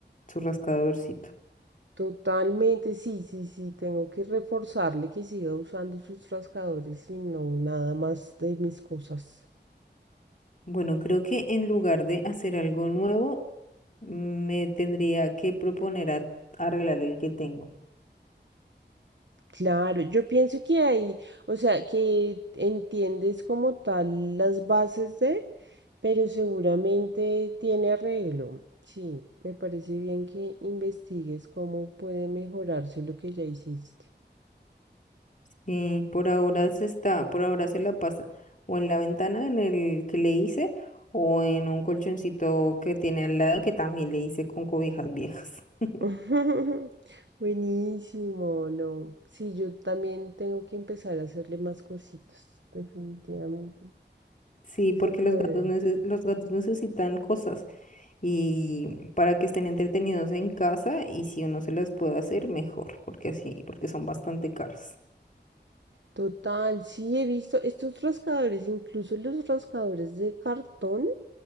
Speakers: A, on the left; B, on the right.
A: su rascadorcito.
B: Totalmente, sí, sí, sí, tengo que reforzarle que siga usando sus rascadores y no nada más de mis cosas.
A: Bueno, creo que en lugar de hacer algo nuevo, me tendría que proponer a arreglar el que tengo.
B: Claro, yo pienso que hay, o sea, que entiendes como tal las bases de, pero seguramente tiene arreglo. Sí, me parece bien que investigues cómo puede mejorarse lo que ya hiciste.
A: Sí, por ahora se está, por ahora se la pasa o en la ventana en el que le hice o en un colchoncito que tiene al lado que también le hice con cobijas viejas. <laughs>
B: <laughs> Buenísimo, no. Sí, yo también tengo que empezar a hacerle más cositas, definitivamente.
A: Sí, porque
B: Se puede.
A: los gatos neces- los gatos necesitan cosas y para que estén entretenidos en casa y si uno se las puede hacer mejor, porque así, porque son bastante caras.
B: Total, sí, he visto estos rascadores, incluso los rascadores de cartón,